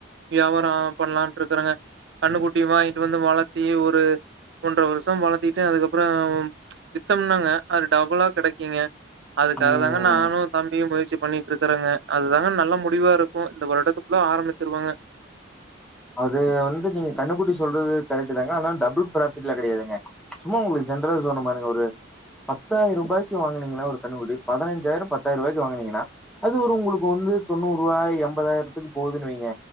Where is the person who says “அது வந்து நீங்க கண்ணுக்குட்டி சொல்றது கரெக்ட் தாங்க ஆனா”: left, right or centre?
Centre